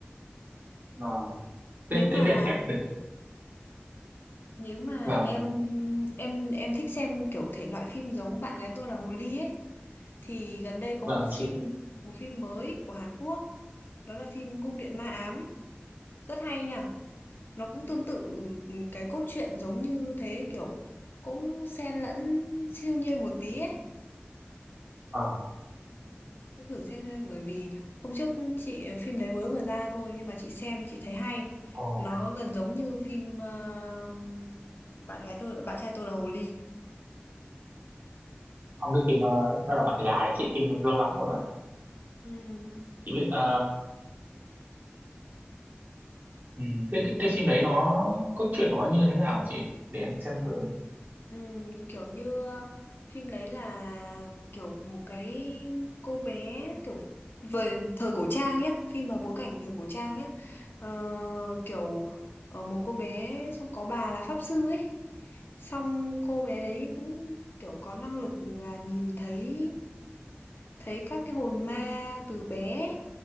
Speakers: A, on the right; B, on the left.
A: Vâng. Thế
B: Nếu mà
A: thế thế thì em được.
B: nếu mà
A: Vâng,
B: em em em thích xem kiểu thể loại phim giống bạn gái tôi là hồ ly ấy thì gần đây có
A: vâng
B: một
A: chị.
B: phim một phim mới của Hàn Quốc đó là phim Cung điện ma ám rất hay nha nó cũng tương tự ừ, cái cốt truyện giống như thế kiểu cũng xen lẫn siêu nhiên một tí ấy
A: Ờ.
B: cứ thử xem xem, bởi vì hôm trước chị ờ, phim đấy mới vừa ra thôi nhưng mà chị xem chị thấy hay
A: Ồ.
B: nó gần giống như phim ờ, bạn gái tôi bạn trai tôi là hồ ly
A: Ông cái phim ờ, đó là bạn gái chị phim lâu lắm rồi rồi.
B: ừ
A: Chị biết ờ, ừ, cái, cái cái phim đấy nó cốt truyện nó như thế nào hả chị? Để em xem thử.
B: Ừm, kiểu như phim đấy là kiểu một cái cô bé kiểu về thời cổ trang nhé phim mà bối cảnh thời cổ trang nhé Ờ, kiểu ờ, một cô bé xong có bà là pháp sư ấy xong cô bé đấy cũng kiểu có năng lực là nhìn thấy thấy các cái hồn ma từ bé